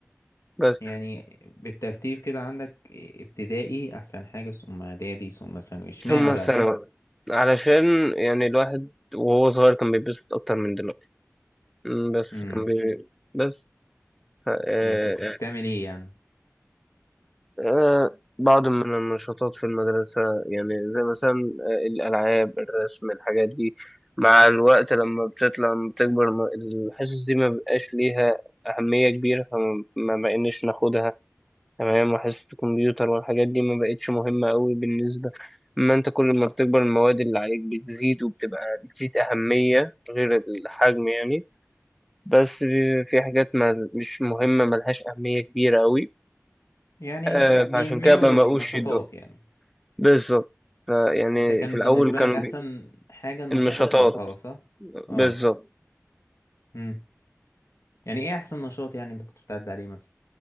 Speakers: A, in the centre; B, on the left.
A: بس
B: يعني بالترتيب كده عندك ابتدائي احسن حاجه ثم اعدادي ثم ثانوي اشمعنى
A: ثم الثانوي
B: بقى
A: علشان يعني الواحد وهو صغير كان بيتبسط أكتر من دلوقتي أمم، بس
B: امم
A: كان بي... بس ف... آه،
B: يعني انت كنت بتعمل ايه يعني
A: آه، بعض من النشاطات في المدرسة يعني زي مثلا آه، الألعاب الرسم الحاجات دي مع الوقت لما بتطلع لما بتكبر ما- الحصص دي ما بقاش ليها أهمية كبيرة فما ما بقيناش ناخدها تمام وحصص الكمبيوتر والحاجات دي ما بقتش مهمة أوي بالنسبة أما أنت كل ما بتكبر المواد اللي عليك بتزيد وبتبقى بتزيد أهمية غير الحجم يعني بس في في حاجات ما مش مهمة ملهاش أهمية كبيرة أوي
B: يعني
A: آه،
B: بيهملوا
A: فعشان كده ما
B: النشاطات
A: بقوش يدوها
B: يعني
A: بالظبط فيعني
B: انت كان
A: في الأول
B: بالنسبه
A: كانوا
B: لك احسن
A: بي-
B: حاجه النشاطات
A: <laughs> النشاطات
B: مع اصحابك صح اه
A: بالظبط
B: امم يعني ايه احسن نشاط يعني انت كنت بتعدي عليه مثلا